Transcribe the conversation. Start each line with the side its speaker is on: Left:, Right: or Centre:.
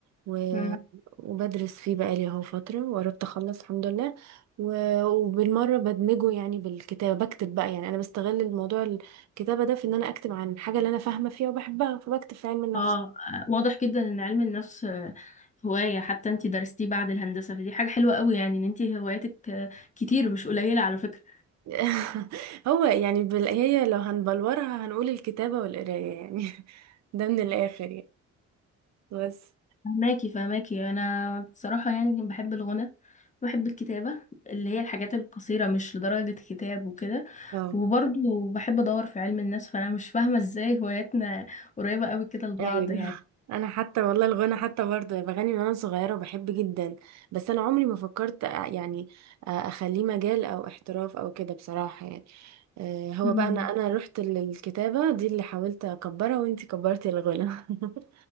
Right: و...
Left: مم.
Right: وبدرس فيه بقالي اهو فتره وقربت اخلص الحمد لله وبالمرة بدمجه يعني بالكتابة بكتب بقى يعني أنا بستغل الموضوع الكتابة ده في إن أنا أكتب عن الحاجة اللي أنا فاهمة فيها وبحبها فبكتب في علم النفس
Left: اه واضح جدا ان علم النفس آه، هواية حتى انتي درستيه بعد الهندسة فدي حاجة حلوة قوي يعني ان انتي هواياتك آه، كتير مش قليلة على فكرة
Right: <laughs> هو يعني بال... هي لو هنبلورها هنقول الكتابة والقراية يعني <laughs> ده من الآخر يعني بس
Left: فهماكي فهماكي انا بصراحه يعني بحب الغنى بحب الكتابه اللي هي الحاجات القصيره مش لدرجه كتاب وكده
Right: اه
Left: وبرضه بحب ادور في علم النفس فانا مش فاهمه ازاي هواياتنا قريبه قوي كده لبعض
Right: ايوه
Left: يعني
Right: انا حتى والله الغنى حتى برضه بغني من وانا صغيره وبحب جدا بس انا عمري ما فكرت أ- يعني أ- اخليه مجال او احتراف او كده بصراحه يعني آه، هو
Left: مم.
Right: بقى انا انا رحت للكتابه دي اللي حاولت اكبرها وانتي كبرتي الغنى <laughs>